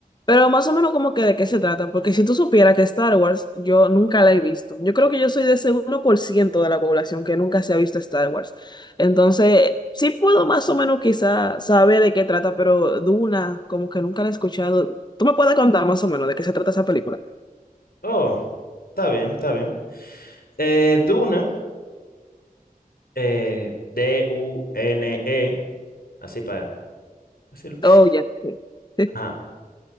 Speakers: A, on the left (about 30°); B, on the left (about 75°).
A: Pero más o menos como que de qué se trata, porque si tú supieras que Star Wars yo nunca la he visto. Yo creo que yo soy de ese uno por ciento de la población que nunca se ha visto Star Wars. Entonces, sí puedo más o menos quizá saber de qué trata, pero Duna como que nunca la he escuchado. ¿Tú me puedes contar más o menos de qué se trata esa película?
B: Oh, está bien, está bien. Eh, Duna, eh, D-U-N-E, así para decirlo.
A: Oh, ya, sí. <laughs> Sí.
B: Ajá.